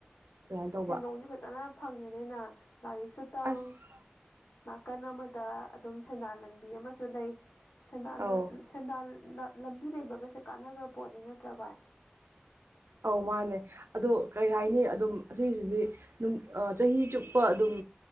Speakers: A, on the right (about 85°); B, on the left (about 70°).
A: ꯑꯗꯨꯃꯥꯏꯅ ꯇꯧꯕ
B: ꯁꯦꯟꯗꯣꯡꯗꯤ ꯐꯖꯅ ꯐꯪꯉꯦꯅꯦꯅ ꯂꯥꯏꯔꯤꯛꯁꯨ ꯇꯪ
A: ꯑꯁ
B: ꯅꯥꯀꯟ ꯑꯃꯗ ꯑꯗꯨꯝ ꯁꯦꯟꯗꯥꯟ ꯂꯟꯕꯤ ꯑꯃꯁꯨ ꯂꯩ ꯁꯦꯟꯗꯥꯟ
A: ꯑꯧ
B: ꯁꯦꯟꯗꯥꯟ ꯂꯝꯕꯤ ꯂꯩꯕꯒꯁꯦ ꯀꯥꯟꯅꯈ꯭ꯔ ꯄꯣꯠꯅꯤ ꯅꯠꯇ꯭ꯔ ꯚꯥꯏ
A: ꯑꯧ ꯃꯥꯅꯦ ꯑꯗꯣ ꯀꯔꯤ ꯍꯥꯏꯅꯤ ꯑꯗꯨꯝ ꯑꯁꯤꯁꯤꯗꯤ ꯆꯍꯤ ꯆꯨꯞꯄ ꯑꯗꯨꯝ